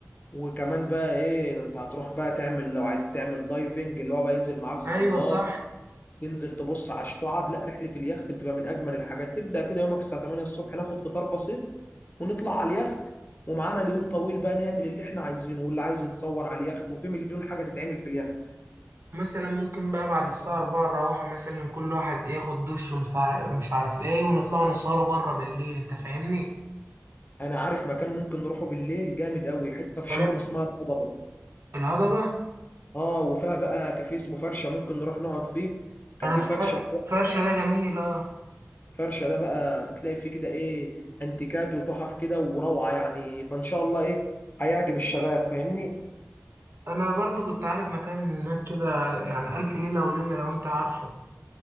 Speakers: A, on the left; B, on the right.
A: وكمان بقى ايه ده انت هتروح بقى تعمل لو عايز تعمل دايفنج اللي هو بقى ينزل معاك غواص
B: ايوه صح
A: تنزل تبص على الشعاب لا رحلة اليخت بتبقى من اجمل الحاجات تبدأ كده يومك الساعة 8 الصبح ناخد فطار بسيط ونطلع على اليخت ومعانا اليوم طويل بقى نعمل اللي احنا عايزينه واللي عايز يتصور على اليخت وفي مليون حاجة تتعمل في اليخت
B: مثلا ممكن بقى بعد الساعة 4 نروحوا مثلا كل واحد ياخد دش ومش عارف مش عارف ايه ونطلع نسهروا بره بالليل انت فاهمني
A: انا عارف مكان ممكن نروحه بالليل جامد قوي حتة في
B: تمام
A: شرم اسمها الهضبة
B: الهضبة
A: اه وفيها بقى كافيه اسمه فرشه ممكن نروح نقعد فيه كافيه
B: انا صح-
A: فرشه
B: فرشة ده جميل اه
A: فرشه ده بقى بتلاقي فيه كده ايه انتيكات وتحف كده وروعه يعني فان شاء الله ايه هيعجب الشباب فاهمني
B: انا برضو كنت عارف مكان هناك كده يعني الف ليله وليله لو انت عارفه